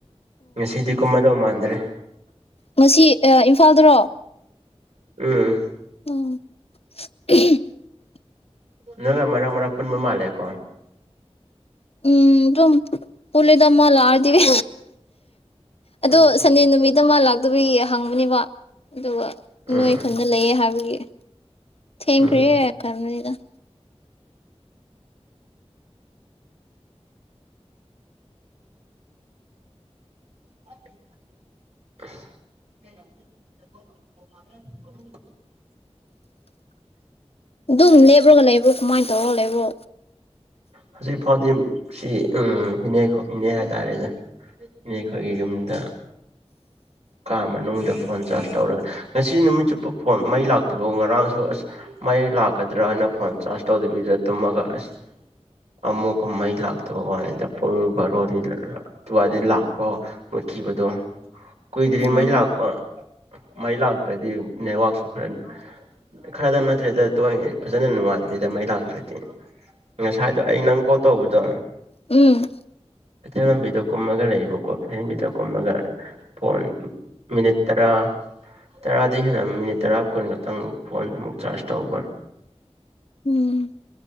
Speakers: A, on the right; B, on the left.
A: ꯉꯁꯤꯗꯤ ꯀꯨꯝꯃꯗꯧ ꯃꯥꯟꯗ꯭ꯔꯦ
B: ꯃꯁꯤ ꯏꯝꯐꯥꯜꯗꯔꯣ
A: ꯎꯝ
B: ꯎꯝ <unintelligible>
A: ꯅꯪꯉꯥꯏ ꯃꯔꯛ ꯃꯔꯛ ꯄꯨꯟꯕ ꯃꯥꯜꯂꯦꯀꯣ
B: ꯎꯝ ꯑꯗꯨꯝ ꯄꯨꯂꯤꯗꯃ ꯂꯥꯔꯇꯔꯤ ꯑꯗꯣ
A: ꯎꯝ
B: ꯁꯟꯗꯦ ꯅꯨꯃꯤꯠ ꯗ ꯃꯥ ꯂꯥꯛꯇꯕ ꯍꯪꯕꯅꯦꯕ ꯑꯗꯨꯒ
A: ꯎꯝ
B: ꯅꯣꯏ ꯑꯩꯈꯟꯗ ꯂꯩꯌꯦ ꯍꯥꯏꯕꯒꯤ ꯊꯦꯡꯈ꯭ꯔꯦ
A: ꯎꯝ
B: ꯀꯗ
A: <inaudible>
B: ꯗꯨꯨꯝꯅꯦ ꯈꯞ꯭ꯔꯒ ꯂꯩꯕ꯭ꯔꯣ ꯀꯃꯥꯏꯅ ꯇꯧꯔꯒ ꯂꯩꯕ꯭ꯔꯣ
A: ꯍꯧꯖꯤꯛ ꯐꯥꯎꯗꯤ ꯁꯤ ꯏꯅꯦ ꯏꯅꯦ ꯍꯥꯏ ꯇꯥꯔꯦꯗ ꯏꯅꯦꯈꯣꯏꯒꯤ ꯌꯨꯝꯗ ꯀꯥ ꯃꯅꯨꯡꯗ ꯐꯣꯟ ꯆꯥꯔꯖ ꯇꯧꯔꯒ ꯉꯁꯤ ꯅꯨꯃꯤꯠ ꯆꯨꯞꯄ ꯐꯣꯟ ꯃꯩ ꯂꯥꯛꯇꯐꯥꯎ ꯉꯔꯥꯡꯁꯨ ꯑꯁ ꯃꯩ ꯂꯥꯛꯀꯗ꯭ꯔꯅ ꯐꯣꯟ ꯆꯥꯔꯖ ꯇꯧꯗꯕꯤꯗ ꯇꯨꯝꯃꯒ ꯑꯁ ꯑꯃꯨꯛꯀ ꯃꯩ ꯂꯥꯛꯇꯕ ꯋꯥꯅꯤꯗ ꯄꯨꯡ ꯕꯥꯔꯣꯗꯤꯗꯤ ꯂꯥꯛꯄ ꯃꯨꯠꯈꯤꯕꯗꯣ ꯀꯨꯏꯗ꯭ꯔꯤ
B: ꯑꯣ
A: ꯃꯩ ꯂꯥꯛꯄ ꯃꯩ ꯂꯥꯛꯇ꯭ꯔꯗꯤ ꯅꯦꯠꯋꯥꯛꯁꯨ ꯈꯔ ꯈꯔꯗꯪ ꯅꯠꯇ꯭ꯔꯦꯗ ꯐꯖꯅ ꯅꯨꯡꯉꯥꯏꯇ꯭ꯔꯤꯗ ꯃꯩ ꯂꯥꯛꯇ꯭ꯔꯗꯤ ꯉꯁꯥꯏꯗꯣ ꯑꯩ ꯅꯪ ꯀꯣꯜ ꯇꯧꯕꯗꯣ
B: ꯎꯝ
A: ꯀꯩꯊꯦꯜ ꯂꯝꯕꯤꯗ ꯀꯨꯝꯃꯒ ꯂꯩꯕꯀꯣ ꯀꯩꯊꯦꯜ ꯂꯝꯕꯤꯗ ꯀꯨꯝꯃꯒ ꯐꯣꯟ ꯃꯤꯅꯤꯠ ꯇꯔꯥ ꯇꯔꯥꯗꯒꯤ ꯍꯦꯟꯅ ꯃꯤꯅꯤꯠ ꯇꯔꯥ ꯀꯨꯟ ꯈꯛꯇꯪ ꯐꯣꯟ ꯑꯃꯨꯛ ꯆꯥꯔꯖ ꯇꯧꯕ
B: ꯎꯝ